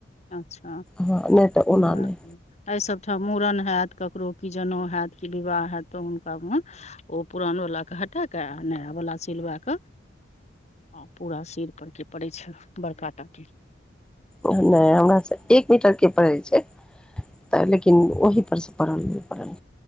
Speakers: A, on the left; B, in the centre.
A: अच्छा
B: हँ नहि तऽ
A: नय
B: ओना नहि
A: आय सब मूड़न हैत ककरो की जनेउ हैत कि विवाह हैत तऽ हुनका मे ओ पुरान वला के हटा कऽ आ नया वला सिलबेक हँ पूरा सिर परके पड़ैत छै बड़का टाके
B: नय हमर से एक मीटर के पड़ै छै तऽ लेकिन ओहिपर से पड़ल नय पड़ल